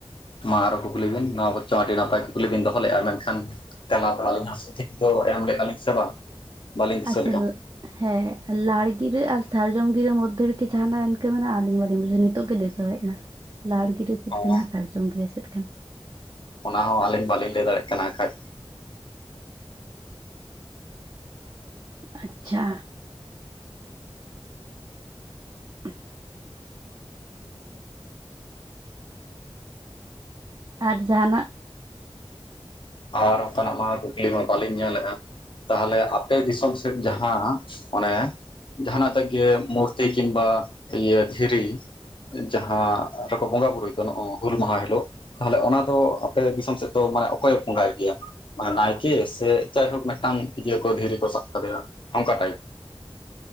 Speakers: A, on the left; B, on the right.
A: ᱢᱟ ᱟᱨᱚ ᱠᱩᱠᱞᱤ ᱵᱤᱱ ᱱᱚᱣᱟ ᱵᱚᱨᱪᱚᱝ ᱟᱹᱰᱤ ᱱᱟᱯᱟᱭ ᱠᱩᱠᱞᱤ ᱵᱤᱱ ᱫᱚᱦᱚ ᱞᱮᱜᱼᱟ ᱢᱮᱱᱠᱷᱟᱱ ᱛᱮᱞᱟ ᱫᱚ ᱟᱹᱞᱤᱧ ᱦᱚᱸ ᱥᱚᱴᱷᱤᱠ ᱫᱚ ᱮᱢ ᱞᱮᱱᱟ ᱞᱤᱧ ᱥᱮ ᱵᱟᱝ? ᱵᱟᱹᱞᱤᱧ ᱫᱤᱥᱟᱹ
B: ᱟᱪᱪᱷᱟ
A: ᱞᱮᱫᱼᱟ
B: ᱦᱟᱸᱜ ᱦᱮᱸ ᱞᱟᱲ ᱜᱤᱨᱟᱹ ᱟᱨ ᱥᱟᱨᱡᱚᱢ ᱜᱤᱨᱟᱹ ᱢᱚᱫᱽᱫᱷᱮ ᱨᱮᱠᱤ ᱡᱟᱸᱦᱟᱱᱟᱜ ᱤᱱᱠᱟᱹ ᱢᱮᱱᱟᱜᱼᱟ? ᱟᱹᱞᱤᱧ ᱵᱟᱞᱤᱧ ᱵᱩᱡᱟ ᱱᱤᱛᱚᱜ ᱜᱮ ᱞᱟᱹᱭ <unintelligible> ᱮᱱᱟ, ᱞᱟᱲ ᱜᱤᱨᱟᱹ ᱪᱮᱫ
A: ᱱᱚᱣᱟ
B: ᱠᱟᱱᱟ ᱥᱟᱨᱡᱚᱢ ᱜᱤᱨᱟᱹ ᱪᱮᱫ ᱠᱟᱱᱟ?
A: ᱚᱱᱟ ᱦᱚᱸ ᱟᱹᱞᱤᱧ ᱵᱟᱹᱞᱤᱧ ᱞᱟᱹᱭ ᱫᱟᱲᱮᱭᱟᱜ ᱠᱟᱱᱟ ᱦᱟᱸᱜ ᱠᱷᱟᱡ᱾
B: ᱟᱪᱪᱷᱟ᱾ <inaudible> ᱟᱨ ᱡᱟᱸᱦᱟᱱᱟᱜ?
A: ᱟᱨ ᱚᱝᱠᱟᱱᱟᱜ ᱢᱟ ᱠᱩᱠᱞᱤ ᱢᱟ ᱵᱟᱹᱞᱤᱧ ᱧᱮᱞᱟᱠᱟᱫ᱾ ᱛᱟᱦᱞᱮ ᱟᱯᱮ ᱫᱤᱥᱚᱢ ᱥᱮᱫ ᱡᱟᱦᱟᱸ ᱚᱱᱮ ᱡᱟᱸᱦᱱᱟᱜ ᱛᱮᱜᱮ ᱢᱩᱨᱛᱤ ᱠᱤᱢᱵᱟ ᱤᱭᱟᱹ ᱫᱷᱤᱨᱤ ᱡᱟᱦᱟᱸ ᱨᱮᱠᱚ ᱵᱚᱸᱜᱟ ᱵᱩᱨᱩᱭ ᱫᱚ ᱱᱚᱜᱼᱚ ᱦᱩᱞ ᱢᱟᱦᱟ ᱦᱤᱞᱳᱜ, ᱛᱟᱦᱞᱮ ᱚᱱᱟ ᱫᱚ ᱟᱯᱮ ᱫᱤᱥᱚᱢ ᱥᱮᱫ ᱫᱚ ᱢᱟᱱᱮ ᱚᱠᱚᱭᱮ ᱵᱚᱸᱜᱟᱭ ᱜᱮᱭᱟ? ᱟ, ᱱᱟᱭᱠᱮ ᱥᱮ ᱡᱟᱭᱦᱳᱠ ᱢᱤᱫᱴᱟᱝ ᱤᱭᱟᱹ ᱠᱚ ᱫᱷᱤᱨᱤ ᱠᱚ ᱥᱟᱵ ᱠᱟᱫᱮᱭᱟ ᱚᱝᱠᱟ ᱴᱟᱭᱤᱯ?